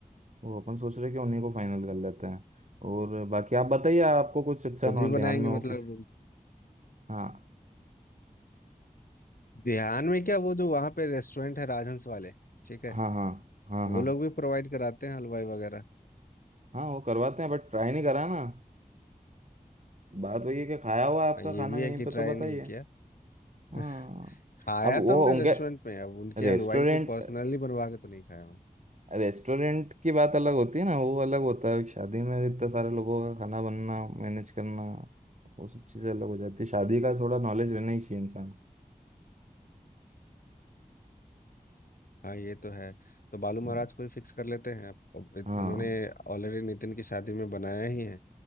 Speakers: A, on the right; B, on the left.
A: वो अपन सोच रहे कि उन्हीं को फाइनल कर लेते हैं और बाकी आप बताइए आपको कुछ अच्छा
B: खुद
A: ना
B: ही
A: ध्यान
B: बनाएंगे
A: में हो
B: मतलब
A: किसी हाँ
B: ध्यान में क्या वो जो वहाँ पे रेस्टोरेंट है राजहंस वाले ठीक है
A: हाँ हाँ हाँ
B: वो
A: हाँ
B: लोग भी प्रोवाइड कराते हैं हलवाई वगैरह
A: हाँ वो करवाते हैं बट ट्राई नहीं करा ना बात वही है कि खाया हुआ आपका
B: हाँ, ये
A: खाना
B: भी
A: कहीं
B: है कि
A: पे
B: ट्राई
A: तो बताइए
B: नहीं किया
A: हाँ
B: <laughs> खाया
A: अब वो
B: तो हमने
A: उनके
B: रेस्टोरेंट में अब उनके
A: रेस्टोरेंट
B: हलवाई को पर्सनली बनवा के तो नहीं खाया हूँ
A: रेस्टोरेंट की बात अलग होती है ना वो अलग होता है शादी में इतने सारे लोगों का खाना बनना मैनेज करना वो सब चीज़ें अलग हो जाती है शादी का थोड़ा नॉलेज रहना ही चाहिए इंसान
B: हाँ ये तो है तो बालू महाराज
A: हम्म,
B: को ही फिक्स कर लेते हैं अब अब इत-
A: हाँ
B: उन्होंने ऑलरेडी नितिन की शादी में बनाया ही है